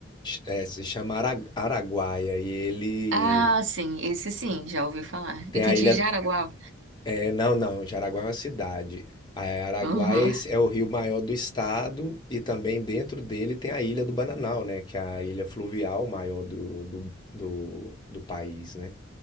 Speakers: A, on the left; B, on the right.
A: é, se chama Ara- Araguaia e ele
B: Ah, sim, esse sim, já ouvi falar.
A: tem
B: Entendi,
A: a ilha,
B: Jaraguá.
A: É, não, não, Jaraguá é uma cidade. A Araguaia
B: Aham,
A: é esse- é o rio maior do estado e também dentro dele tem a Ilha do Bananal, né? Que é a ilha fluvial maior do, do, do, do país, né?